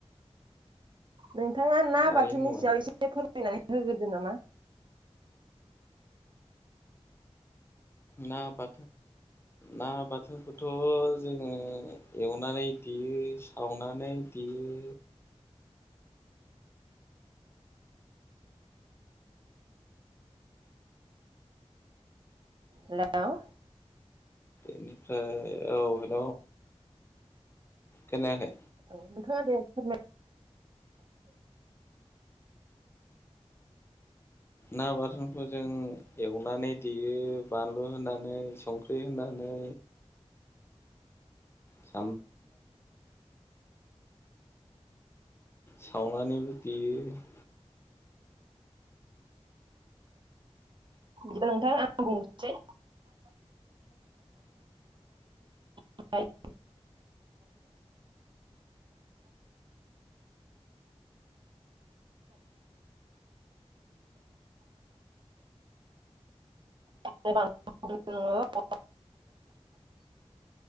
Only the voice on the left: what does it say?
मारै
होनदोंमोन
ना बा ना बाथोनखौथ' जोङो एवनानै देयो। आवनानै देयो।
बेनिफ्राय औ बेन खोनायाखै
ना बाथोनखौ जों एवनानै देयो बानलु होनानै संख्रि होनानै स <inaudible> सावनानैबो देयो।